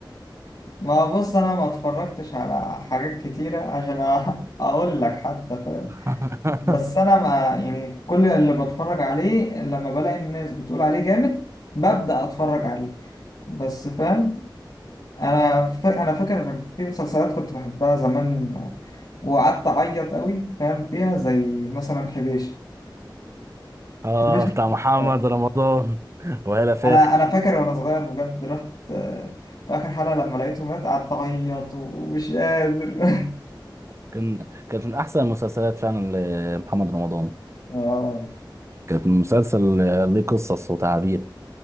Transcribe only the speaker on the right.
<laughs>
اه
بتاع
محمد
رمضان وهلا فاخر
كان كانت من احسن المسلسلات فعلا لمحمد رمضان
كانت مسلسل ليه قصص وتعابير